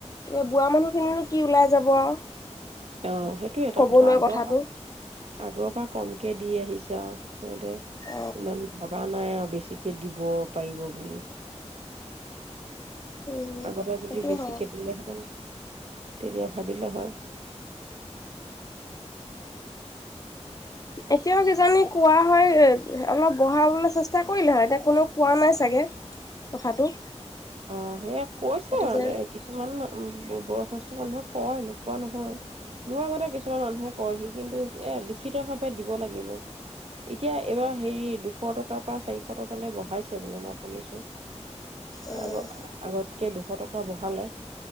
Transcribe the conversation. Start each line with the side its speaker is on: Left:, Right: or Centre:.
Left: এ বুঢ়া মানুহজননো কি ওলাই যাব আৰু
Right: অ সেইটোয় এটা
Left: কবলৈ
Right: কথা আগৰ
Left: কথাটো
Right: পৰা আগৰ পৰা কম কে দি আহিছে আৰু সতে
Left: অ
Right: ইমান ভাবা নাই আৰু বেছিকে দিব পাৰিব বুলি
Left: উম
Right: আগতে
Left: সেইটো
Right: যদি বেছিকে
Left: হয়
Right: দিলেহেঁতেন তেতিয়া ভাবিলোঁ হয়
Left: এতিয়াও কিজানি কোৱা হয় অলপ বঢ়াবলৈ চেষ্টা কৰিলে হয় এতিয়া কোননে কোৱা নাই চাগে কথাটো
Right: অ সেই কৈছো
Left: এইটো যে
Right: আৰু কিছুমান বয়সস্থ মানুহে কয় নোকোৱা নহয় মোৰ আগতে কিছুমান মানুহে কয় সি কিন্তু এ লিখিত ভাৱে দিব লাগিব এতিয়া এইবাৰ হেৰি দুশ টকাৰ পৰা চাৰিশ টকালৈ বঢ়াইছে বোলে মই শুনিছো
Left: উম
Right: আগত আগত কে দুশ টকা বঢ়ালে